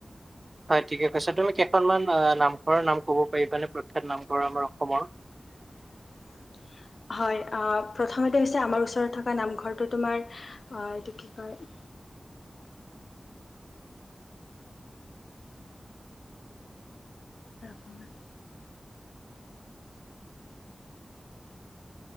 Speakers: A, on the right; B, on the left.
A: হয় ঠিকে কৈছা তুমি, কেইখনমান নামঘৰৰ নাম ক'ব পাৰিবানে প্ৰাতেক নামঘৰ আমাৰ অসমৰ?
B: উ <unintelligible> হয়, প্ৰথমতে হৈছে আমাৰ ওচৰতে থকা নামঘৰটো তোমাৰ এইটো কি কয় <inaudible> ৰাপাইত।